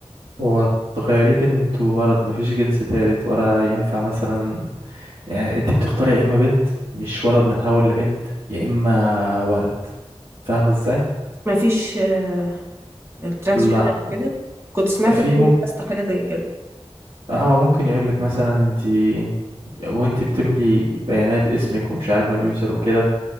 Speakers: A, on the right; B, on the right.
A: هو تخيريه بنت وولد مفيش جنس تالت ولا ينفع مثلا يعني انت بتختاري يا اما بنت مش ولد متحول لبنت يا اما ولد فاهمة ازاي؟
B: مفيش آه، الترانسجندر
A: لا
B: وكده كنت سمعت
A: في
B: في بودكاست حاجه زي كده
A: لا هو ممكن يقول لك مثلا انت وانت بتملي بيانات اسمك ومش عارفه اليوزر وكده